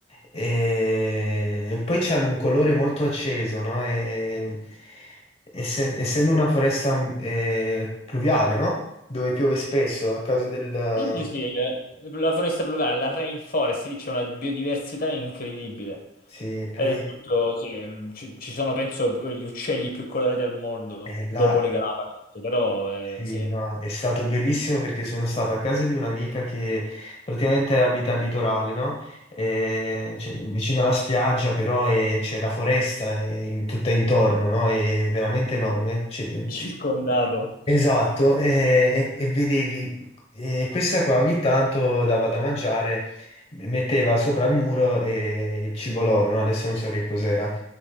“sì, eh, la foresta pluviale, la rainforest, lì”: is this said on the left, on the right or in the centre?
Left